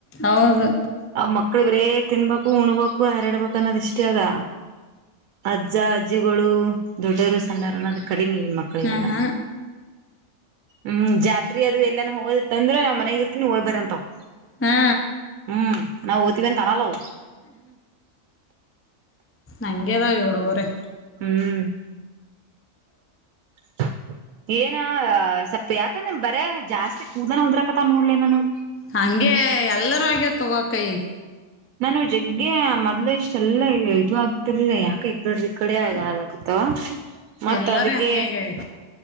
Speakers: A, on the left; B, on the right.
A: ಹೌದು
B: ಅವ ಮಕ್ಳು ಬರೇ ತಿನ್ಬೇಕು ಉಣಬೇಕು ಹಾರಡ್ಬೇಕು ಅನ್ನೋದ ಇಷ್ಟ ರ ಅಜ್ಜ, ಅಜ್ಜಿಗಳು, ದೊಡ್ಡೋರು, ಸಣ್ಣಾರಣ ಕಡಿಮೆ ಮಕ್ಕಳಿಗೇಲ್ಲಾ
A: ಹ್ಮ ಹಾ
B: ಹ್ಮ್ ಜಾತ್ರಿ ಅದು ಎಲ್ಲಾನ ಹೋಗೋದಿತ್ತ ಅಂದ್ರೆ ನಾವ್ ಮನೆಗ ಇರ್ತೀನಿ ಹೋಗ್ಬರಂತಾವ್
A: ಹಾ
B: ಹ್ಮ್ ನಾವು ಓತಿವಿ ಅಂತ ಅನ್ನಲ್ಲವು
A: ಹಂಗೆದವ ಹುಡುಗುರೆಲ್ಲ
B: ಹ್ಮ್ <unintelligible> ಏನ ಸ್ವಲ್ಪ್ ಯಾಕ ನಮ ಬರೆ ಜಾಸ್ತಿ ಕೂದಲಾನ ಉದ್ರಕತ ನೋಡ್ಲ ನನು
A: ಹಂಗೆ ಎಲ್ಲರ ಆಗ್ಯವ ತಗೋ ಅಕ್ಕ ಈಗ
B: ನಾನು ಜಗ್ಗೆ ಮೊದ್ಲೆ ಇಷ್ಟೆಲ್ಲ ಇದು ಆಗ್ತಿರ್ಲಿಲ್ಲ ಯಾಕ ಈಕಡ ಇ ಕಡೆ ಆಲ್ ಆಗತ ಆ ಮತ್ತೆ
A: ಎಲ್ಲರೂ
B: ಅದಕ್ಕೆ
A: ಹಂಗೆ ಆಗ್ಯಾವ ಈಗ